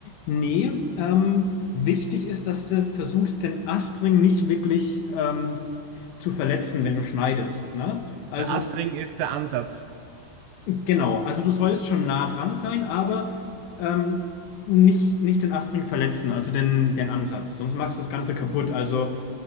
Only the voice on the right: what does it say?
Der Astring ist der Ansatz,